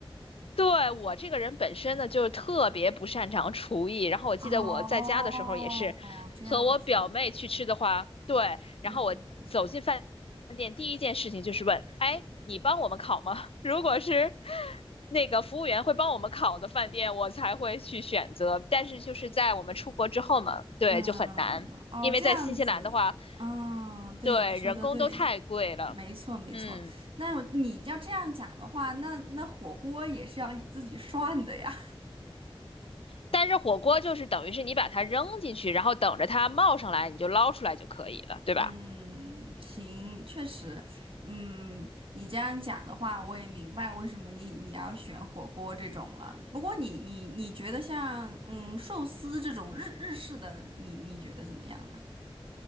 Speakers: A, on the left; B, on the right.
A: 对，我这个人本身呢，就特别不擅长厨艺。然后我记得我在家的时候也是，
B: 哦，哦这样子，
A: 和我表妹去吃的话，对，
B: 嗯
A: 然后我走进饭店，第一件事情就是问，哎，你帮我们烤吗？<laughs> 如果是那个服务员会帮我们烤的饭店，我才会去选择。但是就是在我们出国之后嘛，对，
B: 嗯，
A: 就很难，
B: 哦，
A: 因为在新西兰的话，
B: 这样子，嗯，对，
A: 对，
B: 你说的对，
A: 人工都太贵了，
B: 没错没错。
A: 嗯。
B: 那我你要这样讲的话，那那火锅也是要你自己涮的呀。
A: 但是火锅就是等于是你把它扔进去，然后等着它冒上来，你就捞出来就可以了，对吧？
B: 嗯，行，确实，嗯，你这样讲的话，我也明白为什么你你要选火锅这种了。不过你你你觉得像嗯寿司这种日日式的，你你觉得怎么样呢？